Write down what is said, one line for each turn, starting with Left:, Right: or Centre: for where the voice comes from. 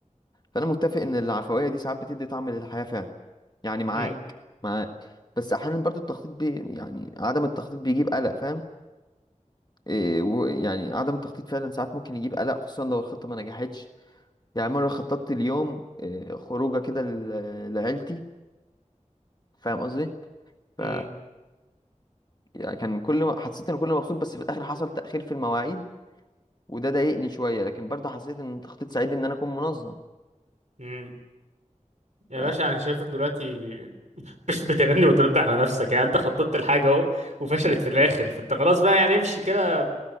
Left: فانا متفق ان العفويه دي ساعات بتدي طعم للحياه فعلا يعني معاك
Right: م-
Left: معاك بس احيانا برضو التخطيط بي... يعني عدم التخطيط بيجيب قلق فاهم إيه و... يعني عدم التخطيط فعلا ساعات ممكن يجيب قلق خصوصا لو الخطه ما نجحتش يعني مره خططت اليوم إيه خروجه كده ل... لعيلتي فاهم قصدي ف
Right: م-
Left: يعني كان كل ما حسيت ان كل ما مبسوط بس في الاخر حصل تاخير في المواعيد وده ضايقني شويه لكن برضه حسيت ان التخطيط ساعدني ان انا اكون منظم
Right: م. يا
Left: ف...
Right: باشا انا شايفك دلوقتي مش بتغني وترد على نفسك يعني انت خططت الحاجة اهو وفشلت في الاخر فانت خلاص بقى يعني امشي كده